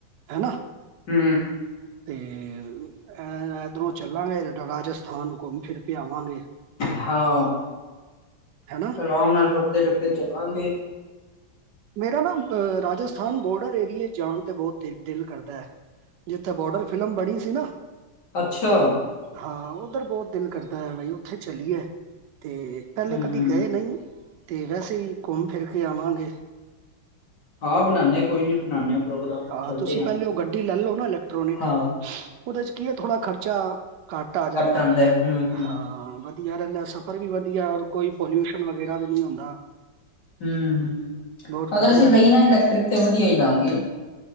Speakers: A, on the right; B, on the left.
A: ਹੈਨਾ
B: ਹੂੰ।
A: ਤੇ ਐ ਇਧਰੋਂ ਚੱਲਾਂਗੇ ਰਾਜਸਥਾਨ ਘੁੰਮ ਫਿਰ ਕੇ ਆਵਾਂਗੇ।
B: ਹਾਂ।
A: ਹੈਨਾ।
B: ਰਾਮ ਨਾਲ ਰੁਕਦੇ ਰੁਕਦੇ ਚੱਲਾਂਗੇ।
A: ਮੇਰਾ ਨਾ ਆ ਰਾਜਸਥਾਨ ਬੋਡਰ ਏਰੀਏ ਜਾਣ 'ਤੇ ਬਹੁਤ ਦਿਲ ਦਿਲ ਕਰਦਾ ਹੈ। ਜਿੱਥੇ ਬੋਰਡਰ ਫਿਲਮ ਬਣੀ ਸੀ ਨਾ।
B: ਅੱਛਾ
A: ਹਾਂ, ਉਧਰ ਬਹੁਤ ਦਿਲ ਕਰਦਾ ਹੈ, ਬਈ ਉੱਥੇ ਚਲੀਏ ਤੇ
B: ਹੂੰ।
A: ਪਹਿਲੇ ਕਦੀ ਗਏ ਨਹੀਂ, ਤੇ ਵੈਸੇ ਹੀ ਘੁੰਮ ਫਿਰ ਕੇ ਆਵਾਂਗੇ।
B: ਹਾਂ ਬਣਾਉਨੇ ਕੋਈ ਨੀ। ਬਣਾਨੇ ਆ ਪ੍ਰੋਗਰਾਮ
A: ਹਾਂ,
B: ਚਲਦੇ
A: ਤੁਸੀਂ
B: ਆ
A: ਪਹਿਲੇ ਉਹ ਗੱਡੀ ਲੈਲੋ ਨਾ ਇਲੈਕਟ੍ਰੋਨਿਕ।
B: ਹਾਂ।
A: ਉਹਦੇ 'ਚ ਕੀ ਐ, ਥੋੜਾ ਖਰਚਾ ਘੱਟ ਆ ਜਾਂਦਾ
B: ਆਂਦਾ
A: ਐ,
B: ਹੂੰ ਹੂੰ
A: ਹਾਂ ਵ ਯਾਰ ਇੰਨਾ ਸਫ਼ਰ ਵੀ ਵਧੀਆ ਔਰ ਕੋਈ ਪੋਲਿਊਸ਼ਨ ਵਗੈਰਾ ਵੀ ਨੀ ਹੁੰਦਾ।
B: ਹੂੰ ਹੂੰ,
A: ਬਹੁਤ ਵਧੀਆ
B: ਅਗਰ ਅਸੀਂ ਲਈਏ
A: ਰਹਿੰਦਾ
B: ਨਾ ਇਲੈਕਟ੍ਰਿਕ ਤੇ ਵਧੀਆ ਹੀ ਲਵਾਂਗੇ।